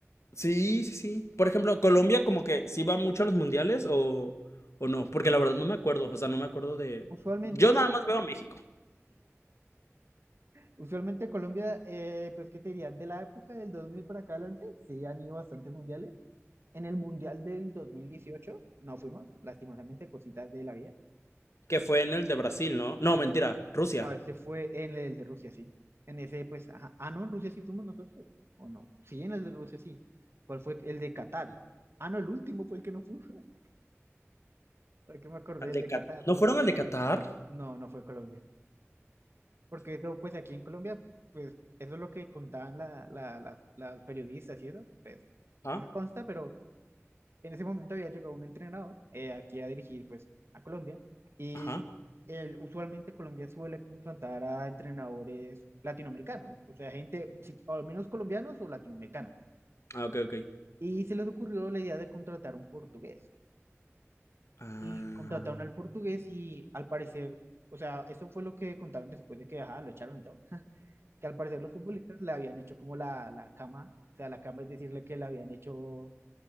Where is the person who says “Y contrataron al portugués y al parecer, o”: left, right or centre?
Right